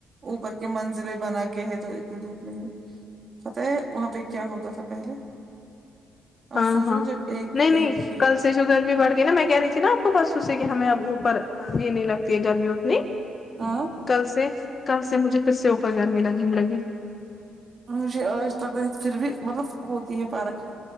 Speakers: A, on the right (about 45°); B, on the left (about 35°).
A: اوپر کے منزلیں بنا کے ہے تو اتنی دھوپ نہیں پتہ ہے وہاں پہ کیا ہوتا تھا پہلے آپ
B: ہاں
A: سوچو
B: ہاں
A: نا جب ایک
B: نہیں نہیں
A: ایک ہی
B: کل جو گرمی بڑ گئی نا میں کہہ رہی تھی آپ کو بس اس سے کہ ہمیں اوپر یہ نہیں لگتی ہے گرمی اتنی
A: آ
B: کل سے کل سے مجھے کس سے اوپر گرمی لگنے لگی
A: اور مجھے لگ رہا ہے پھر بھی مطلب ہوتی ہے پارک